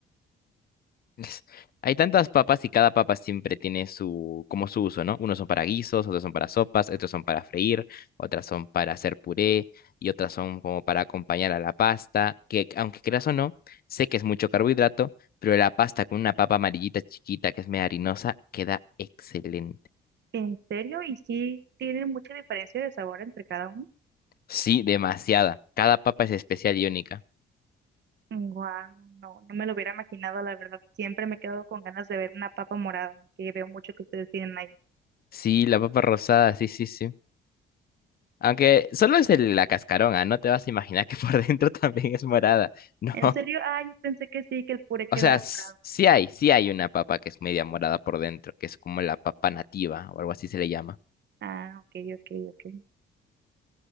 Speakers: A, on the left; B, on the right.
A: <laughs> Hay tantas papas y cada papa siempre tiene su, como su uso, ¿no? Unos son para guisos, otros son para sopas, otros son para freír, otras son para hacer puré y otras son como para acompañar a la pasta, que aunque creas o no, sé que es mucho carbohidrato, pero la pasta con una papa amarillita chiquita que es media harinosa queda excelente.
B: En serio, y sí tienen mucha diferencia de sabor entre cada una.
A: Sí, demasiada. Cada papa es especial y única.
B: Wow, no, no me lo hubiera imaginado, la verdad. Siempre me he quedado con ganas de ver una papa morada, que veo mucho que ustedes tienen allá.
A: Sí, la papa rosada, sí, sí, sí. Aunque solo es el- la cascarona, no te vas a imaginar que por <laughs> dentro también es morada. No,
B: ¿En serio? Ah, yo pensé que sí, que el puré quedaba
A: o sea, s-
B: morado.
A: sí hay, sí hay una papa que es media morada por dentro, que es como la papa nativa o algo así se le llama.
B: Ah, ok, ok, ok.